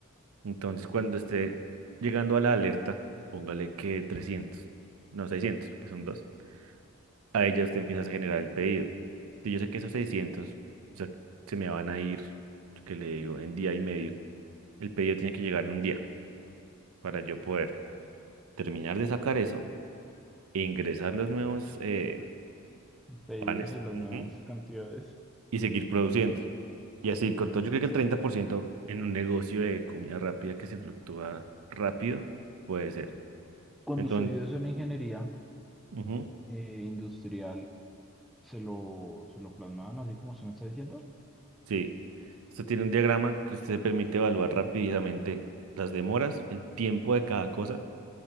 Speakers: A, on the right; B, in the centre.
A: Entonces, cuando esté llegando a la alerta, póngale que 300 no 600 que son dos. A ya usted empieza a generar el pedido. Si yo sé que esos 600 o sea, se me van a ir, que le digo, en día y medio. El pedido tiene que llegar en un día para yo poder terminar de sacar eso e ingresar los nuevos, eh,
B: pedidos
A: panes,
B: y las
A: ujú,
B: nuevas cantidades.
A: y seguir produciendo. Y así, con todo, yo creo que el 30% en un negocio de comida rápida que se fluctúa rápido puede ser.
B: Cuando
A: Entonces,
B: estudié eso en ingeniería
A: ujú,
B: eh, industrial, se lo, se lo plasmaban así como se me está diciendo.
A: sí, esto tiene un diagrama que usted permite evaluar rápidamente las demoras, el tiempo de cada cosa,